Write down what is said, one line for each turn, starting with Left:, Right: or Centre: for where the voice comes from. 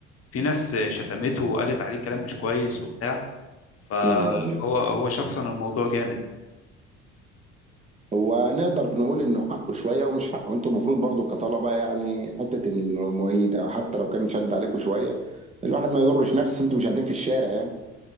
Left: في ناس آه، شتمته وقالت عليه كلام مش كويس وبتاع فهو
Right: يا نهار ابيض
Left: هو شخصا الموضوع جامد يعني
Right: هو نقدر نقول انه حقه شويه ومش حقه انتوا المفروض برضه كطلبه يعني حته إن المعيد او حتى لو كان شد عليكم شويه الواحد ما يضرش نفسه انتوا مش قاعدين في الشارع يعني